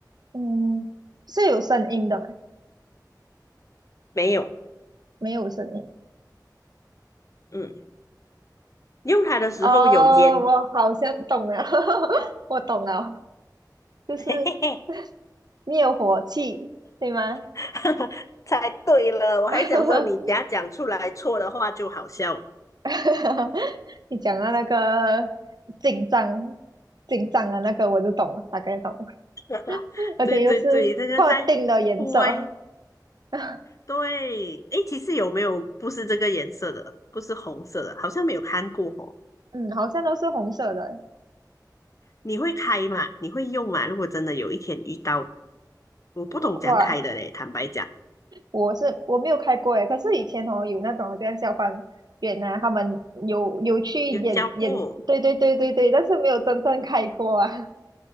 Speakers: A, on the right; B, on the left.
A: 嗯，是有声音的吗？
B: 没有，
A: 没有声音，
B: 嗯，用它的时候有烟。
A: 哦，我好像懂了，<laughs> 我懂了，就是
B: <laughs>
A: <laughs> 灭火器，对吗？
B: <laughs> 猜对了，我还想说你等下讲出来错的话就好笑。
A: <laughs> <laughs> 你讲到那个紧张、紧张的那个，我就懂了，大概懂了，
B: <laughs>
A: <laughs> 而且又是特定的颜色，
B: 对对对，这个在户外，
A: <laughs>
B: 对，诶，其实有没有不是这个颜色的，不是红色的，好像没有看过哦。
A: 嗯，好像都是红色的欸
B: 你会开吗？你会用吗？如果真的有一天遇到，我不懂怎样开的嘞，
A: 我哇，
B: 坦白讲，
A: 我是我没有开过诶，可是以前哦有那种这样消防员啊，他们有有去演演，
B: 有教过。
A: 对对对对对，但是没有真正开过啊。